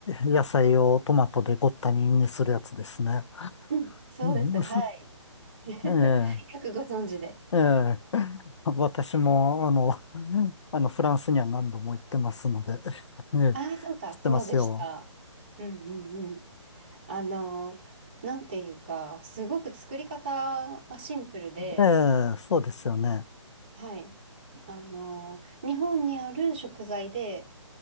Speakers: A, on the left; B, on the right.
A: 野菜をトマトでごった煮にするやつですね。
B: うんそうです。
A: <laughs> うん
B: はい。<laughs>
A: え
B: よくご存知で。
A: え、ええ。私も、あの、あの、フランスには何度も行ってますので、<laughs> ええ、
B: ああ、そうか。
A: 知ってますよ。
B: そうでした。うんうんうん。あの、なんていうか、すごく作り方がシンプルで、
A: ええ、そうですよね。
B: はい。あの、日本にある食材で、